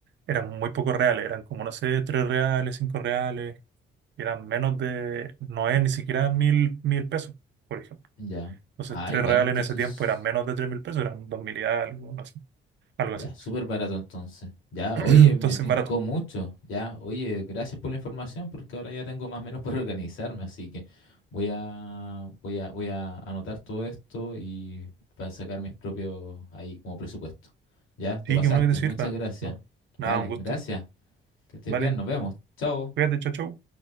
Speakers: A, on the right (about 65°); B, on the left (about 80°).
A: eran muy pocos reales, eran como, no sé, tres reales, cinco reales, eran menos de, no es ni siquiera mil, mil pesos, por ejemplo.
B: Ya.
A: Entonces,
B: Ah,
A: tres
B: igual
A: reales
B: entonces.
A: en ese tiempo eran menos de tres mil pesos, eran dos mil y algo, no sé, algo
B: Ya,
A: así.
B: súper barato entonces. Ya,
A: <clears throat>
B: oye,
A: Entonces,
B: me tincó
A: barato.
B: mucho. Ya, oye, gracias por la información porque ahora ya tengo más o menos <laughs> para organizarme, así que voy a voy a voy a anotar todo esto y para sacar mis propios ahí como presupuesto. Ya, te
A: Sí,
B: pasaste.
A: qué bueno que te sirva.
B: Muchas gracias.
A: No,
B: Vale,
A: nada, un gusto.
B: gracias. Que estés
A: Vale,
B: bien, nos vemos. Chao.
A: cuídate, chao, chao.